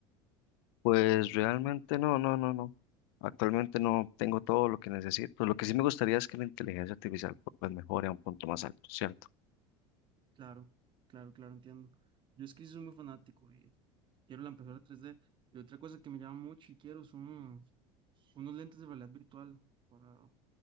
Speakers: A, on the left; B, on the right.
A: Pues realmente no, no, no, no. Actualmente no tengo todo lo que necesito. Lo que sí me gustaría es que la inteligencia artificial pues mejore a un punto más alto, ¿cierto?
B: Claro, claro, claro, entiendo. Yo es que sí soy muy fanático y quiero la impresora 3D. Y otra cosa que me llama mucho y quiero son unos lentes de realidad virtual. para-